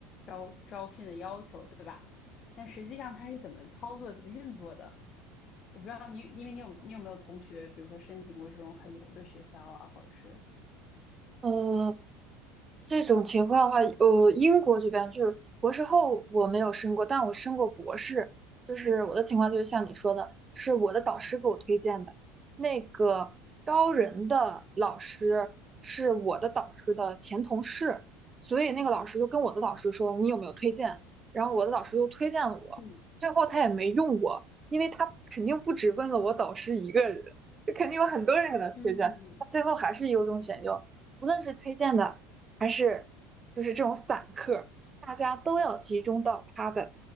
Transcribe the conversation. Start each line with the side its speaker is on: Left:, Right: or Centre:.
Left: 招招聘的要求，对吧？但实际上它是怎么操作、怎么运作的，我不知道你，因为你有你有没有同学，比如说申请过这种很牛的学校啊，或者是
Right: 嗯这种情况的话，呃，英国这边就是博士后我没有申过，但我申过博士。就是我的情况就是像你说的，是我的导师给我推荐的。那个高人的老师是我的导师的前同事，所以那个老师就跟我的导师说你有没有推荐，然后我的导师又推荐了我，
Left: 嗯
Right: 最后他也没用我，因为他肯定不只问了我导师一个人，就肯定有很多人给他推荐，
Left: 嗯
Right: 他最后还是优中选优。无论是推荐的。还是就是这种散客，大家都要集中到他